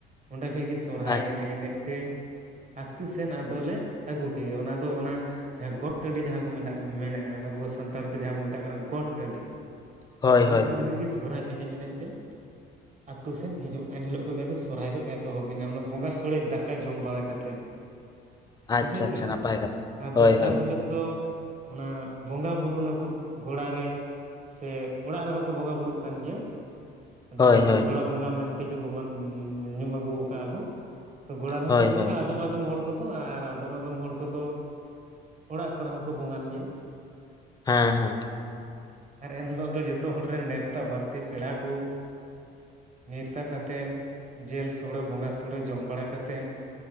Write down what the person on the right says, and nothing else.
ᱚᱸᱰᱮ ᱠᱷᱚᱡ ᱜᱮ ᱥᱚᱨᱦᱨᱟᱭ
ᱮᱱᱮᱡ, ᱮᱱᱮᱡ ᱛᱮ ᱟᱹᱛᱳ ᱥᱮᱱ ᱟᱫᱚᱞᱮ ᱟᱹᱜᱩ ᱠᱮ ᱜᱮ, ᱚᱱᱟ ᱫᱚ ᱚᱱᱟ᱾ ᱡᱟᱦᱟᱸ ᱜᱚᱴ ᱴᱟᱺᱰᱤ ᱡᱟᱦᱟᱸ ᱠᱚ ᱢᱮᱱᱟ᱾ ᱢᱮᱱᱮᱼᱟ ᱟᱵᱚ ᱥᱟᱱᱛᱟᱲ ᱛᱮ ᱡᱟᱦᱟᱸ ᱵᱚᱱ ᱢᱮᱛᱟ-ᱜ ᱠᱟᱱᱟ᱾ ᱜᱚᱴ ᱴᱟᱺᱰᱤ
ᱜᱚᱴ
ᱴᱟᱺᱰᱤ
ᱠᱷᱚᱱ ᱜᱮ, ᱥᱚᱨᱦᱟᱭ ᱮᱱᱮᱡ, ᱮᱱᱮᱡ ᱛᱮ ᱟᱛᱳ ᱥᱮᱱ ᱦᱤᱡᱩᱜᱼᱟ᱾ ᱮᱱ ᱦᱤᱞᱳ-ᱜ ᱠᱷᱚᱡ ᱜᱮ, ᱟᱫᱚ ᱥᱚᱨᱦᱟᱭ ᱫᱚ ᱮᱛᱚᱦᱚᱵ ᱮᱱᱟ᱾ ᱚᱱᱟ ᱵᱚᱸᱜᱟ ᱥᱳᱲᱮ ᱫᱟᱠᱟ ᱠᱟ ᱡᱚᱢ ᱵᱟᱲᱟ ᱠᱟᱛᱮᱱ,
ᱵᱩᱡᱷᱟᱹᱣ
ᱠᱮᱜ-ᱟᱢ᱾
ᱟᱨ
ᱫᱚᱥᱟᱨ
ᱦᱤᱞᱳᱜ ᱫᱚ᱾ ᱚᱱᱟ ᱵᱚᱸᱜᱟ ᱵᱩᱨᱩ ᱱᱟᱵᱚᱱ᱾ ᱜᱚᱲᱟ ᱨᱮ, ᱥᱮ ᱚᱲᱟᱜ ᱨᱮᱦᱚᱸ ᱠᱚ ᱵᱚᱸᱜᱟ ᱵᱩᱨᱩ-ᱜ ᱠᱟᱱ ᱜᱮᱭᱟ᱾ ᱟᱫᱚ
ᱚᱱᱟ ᱫᱚ
ᱜᱚᱲᱟ᱾ ᱵᱚᱸᱜᱟ ᱢᱮᱱ ᱛᱮᱜᱮ ᱵᱚ ᱢᱟᱱᱮ ᱧᱩᱢ ᱟᱹᱜᱩ ᱟᱠᱟᱜ ᱟᱠᱩ <unintelligible> ᱛᱚ ᱜᱚᱲᱟ ᱨᱮ ᱦᱚᱸᱠᱚ
ᱵᱚᱸᱜᱟ᱾
ᱟᱫᱚᱢ - ᱟᱫᱚᱢ ᱦᱚᱲ ᱠᱚᱼᱫᱚ ᱟᱨ ᱟᱫᱚᱢ - ᱟᱫᱚᱢ ᱦᱚᱲ ᱠᱚᱼᱫᱚ ᱾ ᱚᱲᱟᱜ ᱠᱚᱨᱮ ᱦᱚᱸᱠᱚ ᱵᱚᱸᱜᱟᱱ ᱜᱮᱭᱟ᱾
ᱟᱨ ᱮᱱ ᱦᱤᱞᱳ-ᱜ ᱫᱚ ᱡᱚᱛᱚ ᱦᱚᱲ ᱨᱮᱱ ᱱᱮᱶᱛᱟ᱾ ᱵᱟᱹᱲᱛᱤ ᱯᱮᱲᱟ ᱠᱚ᱾ ᱱᱮᱶᱛᱟ ᱠᱟᱛᱮᱫ, ᱡᱤᱞ ᱥᱚᱲᱮᱸ ᱵᱚᱸᱜᱟ ᱥᱚᱲᱮᱸ ᱡᱚᱢ ᱵᱟᱲᱟ ᱠᱟᱛᱮᱫ᱾